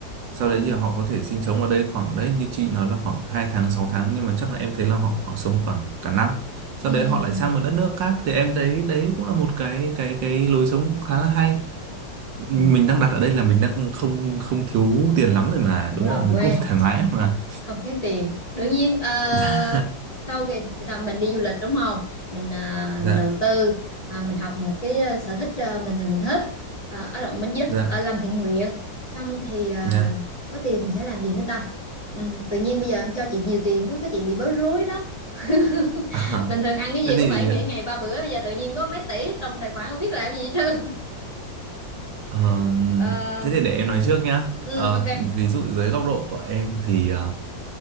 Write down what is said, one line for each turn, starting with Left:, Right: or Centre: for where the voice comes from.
Right: sau
Left: Ừm,
Right: đấy thì họ có thể sinh sống ở đây khoảng đấy như chị nói là khoảng 2 tháng sáu tháng nhưng mà chắc là em thấy là họ khoảng sống khoảng cả năm sau
Left: ừm,
Right: đấy họ lại sang một đất nước khác thì em thấy đấy cũng là một cái cái cái lối sống cũng khá là hay mình
Left: ừm.
Right: đang đặt ở đây là mình đang không không thiếu tiền lắm rồi mà
Left: đúng
Right: đúng
Left: rồi
Right: không mình
Left: quên
Right: cũng <laughs> thoải mái mà
Left: không thiếu tiền đương nhiên ờ,
Right: <laughs>
Left: sau cái ta- mình đi du lịch đúng không mình à,
Right: dạ
Left: mình đầu tư à, mình học một cái à, sở thích à, mình à, mình thích à, ở động mình giúp
Right: dạ
Left: à, làm thiện nguyện xong thì à,
Right: dạ
Left: có tiền mình sẽ làm gì nữa ta Ừm, tự nhiên bây giờ em cho chị nhiều tiền quá cái chị bị bối rối đó <laughs>
Right: <laughs> à,
Left: bình thường ăn cái gì
Right: thế
Left: cũng
Right: thì
Left: phải nghỉ ngày ba bữa bây giờ tự nhiên có mấy tỷ trong tài khoản không biết làm gì hết trơn
Right: ờ,
Left: <laughs> Ờm,
Right: thế thì để em nói trước nhá
Left: ừm,
Right: Ờ,
Left: ok
Right: ví dụ dưới góc độ của em thì ờ,